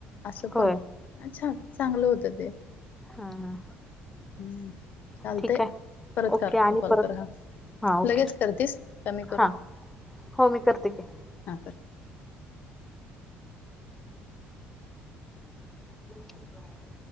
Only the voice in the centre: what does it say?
होय
हा हा
ठीक आहे
ओके
आणि
परत
हा ओके
हा हो मी करते की.
<inaudible>